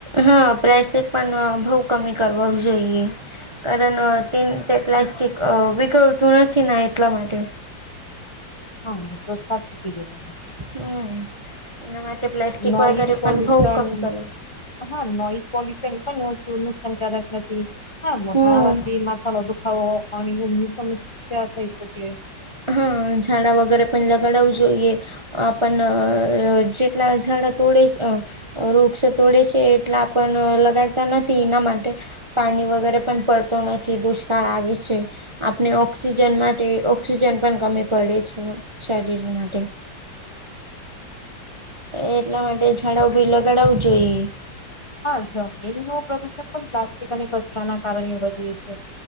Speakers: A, on the right; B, on the left.
A: હા પ્રાસેક પણ બહુ કમી કરવા જોઈએ કારણ તે તે પ્લાસ્ટિક વિગળતું નથી ના એટલા માટે.
B: હા તો સાચી. <inaudible>
A: હમ એના માટે પ્લાસ્ટિક
B: નોઈઝ
A: વગેરે
B: પોલ્યુશન
A: પણ બઉ કમી કરવું.
B: હા નોઈસ પોલ્યુશન પણ ઓછું નુકસાનકારક નથી. હા મોટા
A: હમ
B: હવાથી માથા ન દુખાવો અને ઊમની સમસ્યા થઈ શકે.
A: હા ઝાડા વગેરે પણ લગાડાવું જોઈએ. આપણ જેટલા ઝડા તોડે વૃક્ષ તોડે છે એટલે આપણ લગાડતા નથી એના માટે પાણી વગેરે પણ પડતો નથી દુષ્કાળ આવે છે. આપણે ઓક્સિજન માટે ઓક્સિજન પણ કમી પડે છે શરીર માટે. એટલા માટે ઝાડા બી લગાડાવું જોઈએ.
B: હા જમીનનું પ્રદુષણ પણ પ્લાસ્ટિક અને કચરાના કારણે વધ્યું છે.